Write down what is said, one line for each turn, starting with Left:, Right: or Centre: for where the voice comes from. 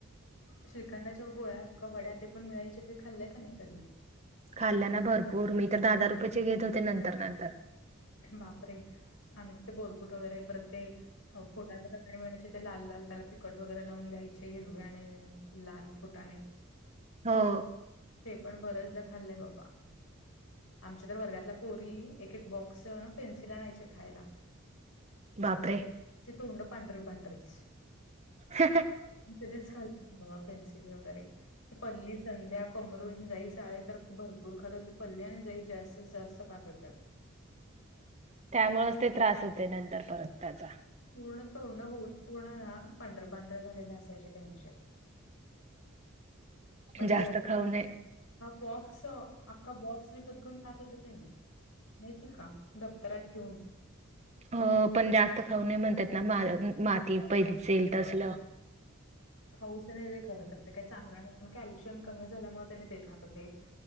Left: श्रीखंडाच्या गोळ्या कवा वड्या ते पण मिळायच्या ते खाल्लेय का नाही कधी?
Right: खाल्ल्या ना भरपूर मी तर दहा दहा रुपयाेचे घेत होते नंतर नंतर
Left: बापरे!.. आम्ही तिथे बोरकुट वगैरे परत. ते फुटाणे तर काय मिळायचे ते लाल लाल त्याला तिखट वगैरे लावून द्यायचे हिरवे आणि लाल फुटाणे <inaudible>
Right: हो.
Left: ते पण बरचदा खाल्लंय बाबा आमच्या तर वर्गातला पोरी. एक बॉक्स ना पेन्सिला आणयचे खायला.
Right: बापरे
Left: माजी तोंड पंढरी पंढरीच.
Right: ह <unintelligible>
Left: मी कधीचा खाल्ली नाही बाबा पेन्सिल वगैरे. पल्ली संध्या कोमरून जई साळे तर भरपूर खात होती पल्ली आणि जई जास्तीत जास्त खात सत्यम <unintelligible>
Right: त्यामुळेच ते त्रास होते नंतर परत त्याचा.
Left: पूर्ण तोंडं होत पूर्ण ना पांढरे पांढरे झालेले असायचे त्यांचे. म्हटलं
Right: जास्त
Left: एवढं
Right: खाऊ नये.
Left: हा बॉक्स अख्खा बॉक्स विकत घेऊन खात होत त्यानी. माहितीये का दप्तरात ठेऊन
Right: हो पण जास्त खाऊ नये म्हणतात ना माती पन्सिल तसलं
Left: खाऊच नाही जे खर तर ते काही चांगलं नाही पण कॅल्शियम कमी झाल्यामुळे ते खात हो ते.